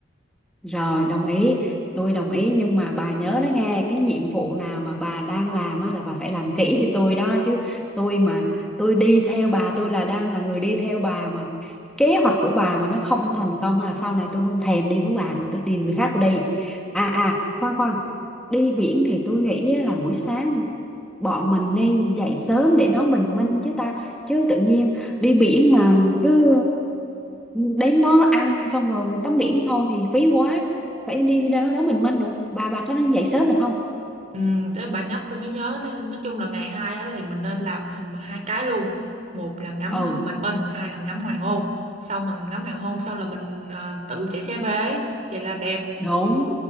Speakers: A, in the centre; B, on the right.
A: Rồi đồng ý, tôi đồng ý nhưng mà bà nhớ đó nghe, cái nhiệm vụ nào mà bà đang làm á là bà phải làm kỹ cho tôi đó chứ. Tôi mà tôi đi theo bà, tôi là đang là người đi theo bà mà kế hoạch của bà mà nó không thành công là sau này tôi không thèm đi với bà nữa, tôi tìm người khác tôi đi. À à, khoan khoan, đi biển thì tôi nghĩ á là buổi sáng bọn mình nên dậy sớm để đón bình minh chứ ta chứ tự nhiên đi biển mà cứ đến đó ăn xong rồi tắm biển thôi thì phí quá phải đi đó đón bình minh nữa bà bà có nên dậy sớm được không
B: ừ, thế bà nhắc tôi mới nhớ thế nói chung là ngày hai á, thì mình nên làm hầm hai cái luôn một là ngắm
A: ừ
B: bình minh hai là ngắm hoàng hôn xong mình ngắm hoàng hôn xong là mình ờ, tự chạy xe về ấy. vậy là đẹp
A: đúng